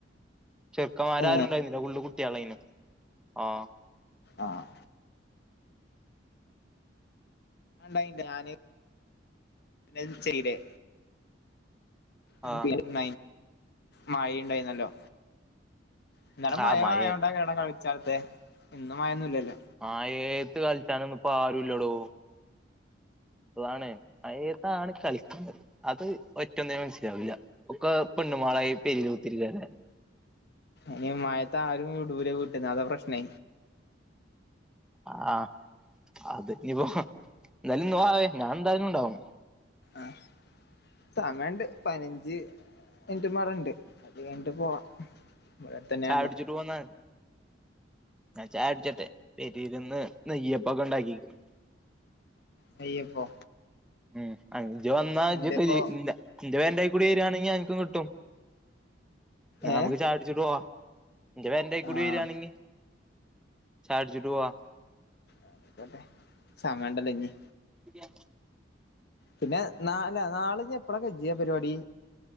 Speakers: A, in the centre; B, on the left.
A: ചെറുക്കമാരാരുണ്ടായിരുന്നില്ല
B: ഏ
A: ഫുള്ള് കുട്ട്യാളേനു ആഹ്
B: ആഹ് ഞാണ്ടായിണ്ട് ഞാന് <unintelligible> ചെയ്തേ <unintelligible>
A: ആ
B: മയീണ്ടേന്നല്ലോ ഇന്നലെ
A: ആ
B: മഴ
A: മഴയത്ത്
B: ആയോണ്ടകെണ കളി ചാത്തെ ഇന്നുമഴൊന്നുല്ലല്ലോ
A: മയേത്ത് കൾച്ചാനൊന്നുപ്പൊരുല്ലടോ അതാണ്, മയേത്താണ് കളിക്കണ്ടത് അത് ഒറ്റൊന്നിനും മനസ്സിലാവൂല്ല ഒക്ക പെണ്ണ്മോളായി പെരേല് കുത്തിരിക്കേക്കാരം
B: അയ്‌ന് മഴയത്താരും വിടൂല വീട്ട്ന്ന്. അതാ പ്രശ്നെ
A: ആഹ് അത് ഇനിപ്പോ എന്തായാലും ന്ന് വാവെ ഞാൻ എന്തയാലുണ്ടാവും
B: ആഹ് സമയണ്ട് പയ്നഞ്ച് മിൻറ്റുംമ്പാടെണ്ട്. അത് കഴിഞ്ഞിട്ട് പോവാ ഇവിടെ അടുത്തന്നെയാണല്ലോ
A: ചായ കുടിച്ചിട്ട് പോന്നമതി ഞാൻ ചായട്ച്ചട്ടെ പെരേല്ന്ന് നെയ്യപ്പൊക്കെണ്ടാക്കിക്ക്ണ്
B: നെയ്യപ്പൊ
A: ഉം അങ് ഇജ് വന്നാ
B: എന്റെപ്പോ
A: ഇജ് പെരീ ഇല്ല ഇന്റെ പെരന്റയ്കൂടി വരാണെങ്കി അൻക്കും കിട്ടും. ന്നാഅമ്മക്ക്
B: ഏ
A: ചായകുടിച്ചിട്ട് പോവാ. ഇന്റെ പെരന്റയ്കുടി
B: ആഹ്
A: വരാണെങ്കി ചായ കുടിച്ചിട്ട് പോവാ.
B: ആഹ് അയ്ക്കോട്ടെ സമയണ്ടല്ലൊഞ്ഞി
A: ബിരിയാണി
B: പിന്നെ നാ അല്ല നാളെജ്ജെപ്പളാ കജ്ജ പരിവാടി